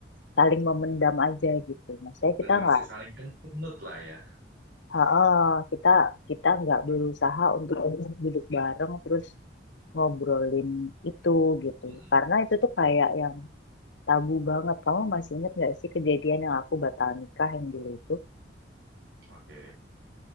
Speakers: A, on the left (about 70°); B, on the right (about 60°).
A: saling memendam aja gitu. Maksudnya
B: Berarti
A: kita
B: masih
A: nggak
B: saling kenut lah ya.
A: Heeh, kita kita nggak berusaha untuk duduk bareng terus ngobrolin itu gitu.
B: Mhm.
A: Karena itu tuh kayak yang tabu banget. Kamu masih ingat nggak sih kejadian yang aku batal nikah yang dulu itu?
B: Oke.